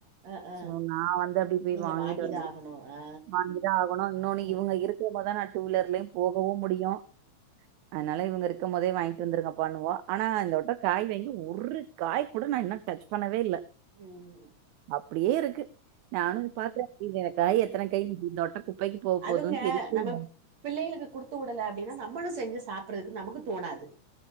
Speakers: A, on the right; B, on the right.
A: அ ஆ
B: சோ நா வந்து அப்டி போய்
A: நீங்க
B: வாங்கிட்டு
A: வாங்கிதா
B: வரணும்
A: ஆகணு ஆ
B: வாங்கி தா ஆகணு இன்னொன்னு
A: ம்
B: இவங்க இருக் போம்போதா நா டூ வீலர்ல போகவு முடியு அதனால இவ்ங்க இருக்கம் போதே வாங்ட்டு வந்திருக்கபாண்ணுவோ ஆனா இந்த வட்ட காய் வாங்கி ஒரு காய் கூட நா இன்னோ டச் பண்ணவே இல்ல
A: ம்
B: அப்டியே இருக்கு நானு இத பாக்ற என் எத்தன கை இந்தொட்ட குப்பைக்கு போக
A: அதுங்க
B: போம்ன்னு தெரில
A: நம்ம பிள்ளைகளுக்கு கொடுத்து விடல அப்டின்னா நம்மளு செஞ்சு சாப்றதுக்கு நமக்கு தோணாது